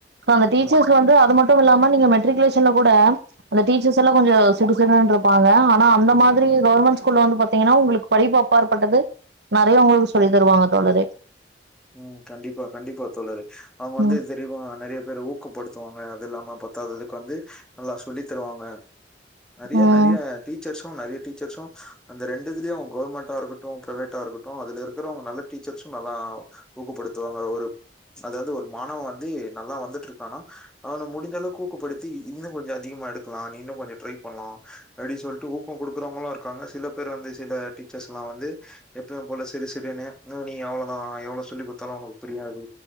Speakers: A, on the right; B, in the centre.
A: க்காங்க டீச்சர்ஸ்
B: ஆமா
A: வந்து அது ம ட்டும் இல்லாம நீங்க மெட்ரிகுலேஷன்ல கூட அந்த டீச்சர்ஸ் எல்லா கொஞ்சோ சிடுசிடுன்னு இருப்பாங்க ஆ னா அந்த
B: ம்
A: மாதிரி
B: ம்
A: கவர்மெண்ட் ஸ்கூல்ல வந்து பாத் தீங்கன்னா உங்களுக்கு படிப்பு அப்பாற்பட்டது நெறைய உங்களுக்கு சொல்லித்
B: ம்
A: தருவாங்க தோழரே.
B: ம் கண்டிப்பா கண்டிப்பா தோழரே. அவங்க வந்து
A: ம்
B: சரிம்மா நெறைய பேர ஊக்கப்படுத்துவாங்க அது இல்லாம ப த்தாததுக்கு வந்து நல்லா சொல்லித் தருவாங்க நெறைய
A: ம்
B: நெறைய டீச்சர்ஸ் ட்டு நெறைய டீச்சர்ஸு அந்த ரெண்டுல இதுலயு கவர்மெண்ட்டா இருக்கட்டு பிரைவேட்டா இருக்கட்டு அதுல இருக்கறவங்க நல்ல டீச்சர்சு நல்லா ஊக்கப்படுத்துவாங்க அது ஒரு அதாவது ஒரு மாணவன் வந்து நல்லா வந்துட்ருக்கான்னா அவன முடிஞ்ச அளவுக்கு ஊக்கப்படுத்தி இ இன்னு கொஞ்சோ அதிகமா எடுக்கலா நீ இன்னு கொஞ்சோ ட்ரை பண்லா அப்டி சொல்ட்டு ஊக்கோங் கொடுக்கறவங்களு இருக்காங்க சில பேர் வந்து சில டீச்சர்ஸ்லா வந்து எப்பவும் போல சிடுசிடுன்னு ஆ நீ அவ்ளோதா எவ்ளோ சொல்லி் குடுத்தாலு உனக்கு புரியாது